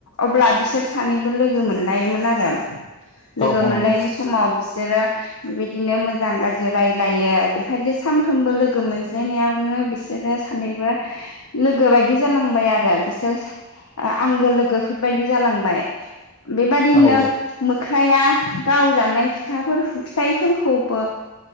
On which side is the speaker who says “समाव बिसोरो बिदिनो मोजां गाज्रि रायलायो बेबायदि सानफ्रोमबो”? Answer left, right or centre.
Left